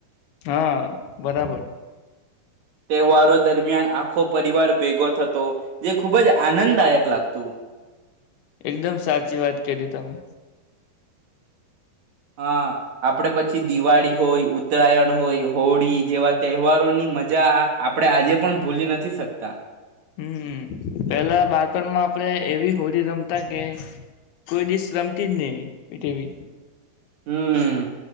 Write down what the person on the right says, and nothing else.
તહેવારો દરમિયાન આખો પરિવાર ભેગો થતો, જે ખૂબ જ આનંદદાયક લાગતું.
હા, આપણે પછી દિવાળી હોય ઉત્તરાયણ હોય હોળી જેવા તહેવારોની મજા આપણે આજે પણ ભૂલી નથી શકતા.
હમ.